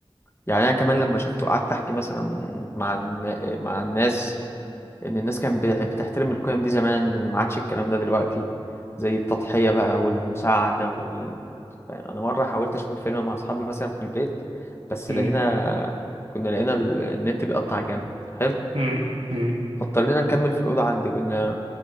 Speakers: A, on the left; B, on the right.
A: يعني أنا كمان لما شفته قعدت أحكي مثلا مع الن- مع الناس ان الناس كانت بتح- بتحترم القيم دي زمان ان ما عادش الكلام ده دلوقتي زي التضحية بقى والمساعدة وال... يعني انا مرة حاولت اشوف الفيلم مع اصحابي مثلا في البيت بس
B: م-
A: لقينا كنا لقينا ال- النت بيقطع جامد حلو
B: م- م.
A: فاضطرينا نكمل في الأوضة عندي وإن